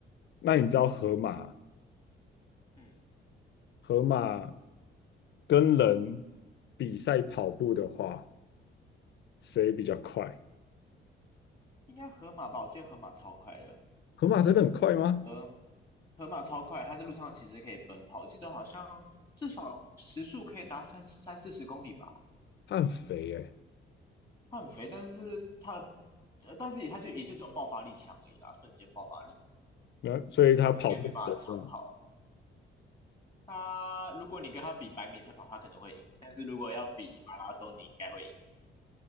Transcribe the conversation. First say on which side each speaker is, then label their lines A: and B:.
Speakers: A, on the left; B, on the left.
A: 那你知道河马？
B: 嗯，
A: 河马跟人比赛跑步的话，谁比较快？
B: 应该河马吧？我记得河马超快的，
A: 河马真的很快吗？
B: 河河马超快，它在路上其实可以奔跑，我记得好像至少时速可以达三三四十公里吧。
A: 它很肥诶、
B: 他很肥，但是他，呃但是也他就也就只有爆发力强而已啦，瞬间爆发力，
A: 那所以它跑步怎么样？
B: 他应该没办法长跑。他如果你跟他比百米赛跑，他可能会赢，但是如果要比马拉松，你应该会赢。